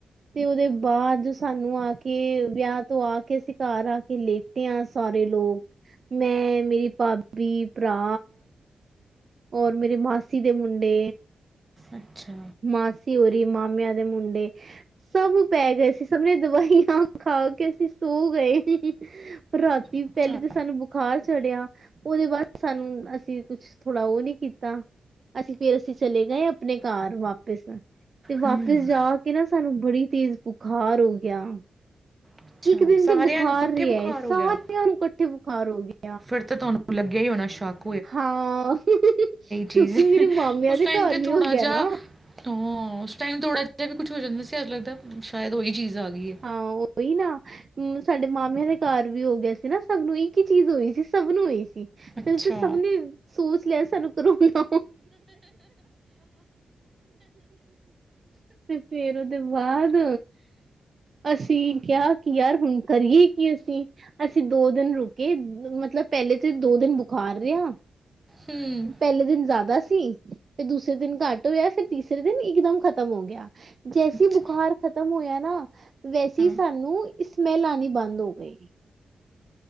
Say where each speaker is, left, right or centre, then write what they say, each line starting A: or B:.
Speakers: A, on the right; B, on the right.
A: ਤੇ ਉਹਦੇ ਬਾਅਦ, ਸਾਨੂੰ ਆ ਕੇ ਵਿਆਹ ਤੋਂ ਆ ਕੇ ਸੀ, ਕਾਰ ਆ ਕੇ ਲੇ ਤੇ ਆ ਸਾਰੇ ਲੋਕ, ਮੈਂ ਮੇਰੀ, ਭਾਬੀ, ਭਰਾ ਔਰ ਮੇਰੇ ਮਾਸੀ ਦੇ ਮੁੰਡੇ
B: ਅੱਛਾ।
A: ਮਾਸੀ ਓਰੀ ਮਾਮਿਆਂ ਦੇ ਮੁੰਡੇ। ਸਭ ਪੈ ਗਏ ਸੀ, ਸਭਣੇ ਦਵਾਈਆਂ ਖਾ ਕੇ ਅਸੀਂ ਸੋ ਗਏ। ਪਰ ਰਾਤੀ ਪਹਿਲੇ
B: ਅੱਛਾ
A: ਤਾਂ ਸਾਨੂੰ ਬੁਖਾਰ ਚੜਿਆ ਉਹਦੇ ਬਾਅਦ ਸਾਨੂੰ, ਅਸੀਂ ਕੁਛ ਥੋੜਾ ਉਹ ਨੀ ਕੀਤਾ। ਅਸੀਂ ਫੇਰ ਅਸੀਂ ਚਲੇ ਗਏ, ਆਪਣੇ ਕਾਰ ਵਾਪਿਸ ਤੇ ਵਾਪਿਸ
B: ਹੂੰ
A: ਜਾ ਕੇ ਨਾ ਸਾਨੂੰ ਬੜੀ ਤੇਜ਼ ਬੁਖਾਰ ਹੋ ਗਿਆ।
B: ਅੱਛਾ
A: ਇੱਕ ਦਿਨ ਤੇ
B: ਸਾਰਿਆਂ
A: ਬੁਖਾਰ
B: ਨੂੰ ਇਕੱਠੇ
A: ਰਿਹਾ
B: ਬੁਖਾਰ
A: ਹੈ,
B: ਹੋ
A: ਸਾਰਿਆਂ
B: ਗਿਆ
A: ਨੂੰ ਇਕੱਠੇ ਬੁਖਾਰ ਹੋ ਗਏ।
B: ਫਿਰ ਤਾਂ ਤੁਹਾਨੂੰ ਲੱਗਿਆ ਹੀ ਹੋਣਾ ਸ਼ੌਕ
A: ਹਾਂ, ਕਿਉਂਕਿ
B: ਚੀਜ਼
A: ਮੇਰੇ
B: ਹੈ।
A: ਮਾਮਿਆਂ
B: ਉਸ
A: ਦੇ
B: ਟਾਈਮ
A: ਘਰ
B: ਤੇ
A: ਵੀ
B: ਥੋੜਾ
A: ਹੋ ਗਿਆ
B: ਜਿਹਾ
A: ਨਾ
B: ਹਾਂ। ਉਸ ਟਾਈਮ ਥੋੜਾ ਜਿਹਾ ਵੀ ਕੁਛ ਹੋ ਜਾਂਦਾ ਸੀ ਲੱਗਦਾ ਸ਼ਾਇਦ ਉਹੀ ਚੀਜ਼ ਆ ਗਈ ਹੈ।
A: ਹਾਂ, ਉਹੀ ਨਾ। ਮ ਸਾਡੇ ਮਾਮਿਆਂ ਦੇ ਘਰ ਵੀ ਹੋ ਗਿਆਏ ਸੀ ਨਾ, ਸਭ ਨੂੰ ਇੱਕ ਚੀਜ਼ ਹੋਈ ਸੀ। ਸਭ ਨੂੰ ਹੋਈ ਸੀ।
B: ਅੱਛਾ
A: ਤੇ ਸਭ ਨੇ ਸੋਚ ਲਿਆ, ਸਾਨੂੰ ਕਰੋਨਾ ਤੇ ਫੇਰ ਉਹਦੇ ਬਾਅਦ ਅਸੀਂ ਕਿਹਾ ਕਿ ਯਾਰ ਹੁਣ ਕਰੀਏ ਕੀ ਅਸੀਂ? ਅਸੀਂ ਦੋ ਦਿਨ ਰੁਕੇ ਮਤਲਬ ਪਹਿਲੇ ਤੇ ਦੋ ਦਿਨ ਬੁਖਾਰ ਰਿਹਾ
B: ਹੂੰ
A: ਪਹਿਲੇ ਦਿਨ ਜ਼ਿਆਦਾ ਸੀ ਤੇ ਦੂਸਰੇ ਦਿਨ ਘੱਟ ਹੋਇਆ ਫਿਰ ਤੀਸਰੇ ਦਿਨ ਇਕਦਮ ਖ਼ਤਮ ਹੋ ਗਿਆ। ਜੈਸੀ
B: ਅੱਛਾ
A: ਬੁਖਾਰ ਖ਼ਤਮ ਹੋਇਆ ਨਾ ਵੈਸੇ
B: ਹਾਂ,
A: ਸਾਨੂੰ ਇਸਮੈਲ ਆਉਣੀ ਬੰਦ ਹੋ ਗਈ।